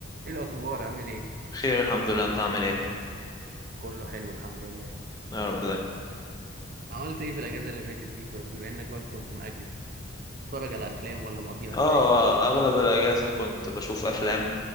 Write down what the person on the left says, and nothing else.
بخير الحمد لله انت عامل ايه
يا رب دايما
اه
اغلب الاجازه كنت بشوف افلام